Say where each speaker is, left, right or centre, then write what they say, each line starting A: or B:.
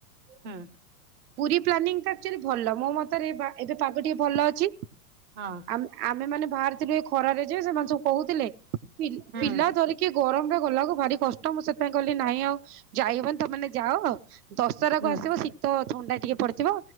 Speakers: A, on the right; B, on the right.
A: ହୁଁ
B: ପୁରୀ ପ୍ଲାନିଂଟା ଆକ୍‌ଚୁଲି ଭଲ ମୋ ମତରେ ଏବେ ପାଗ ଟିକେ ଭଲ ଅ କିକ୍
A: ହଁ
B: ଆମେ ଆମେମାନେ ଛି ବାହାରିଥିଲି। ଖରାରେ ଯେ ସେମାନେ ସବୁ କହୁଥିଲେ ପି
A: ହୁଁ
B: ପିଲା ଧରିକି ରେ ଗରମରେ ଗୋଲା କୁ ଭାରି କଷ୍ଟ ମୁଁ ସେଥିାଇଁ କହିଲି ନାହିଁ ଆଉ ଯାଇହବନି ତମାନେ ଯାଅ? ଦଶରାକୁ
A: ହୁଁ
B: ଆସିବ ଶୀତ ଥଣ୍ଡା ଟିକେ ପଡିଥିବ?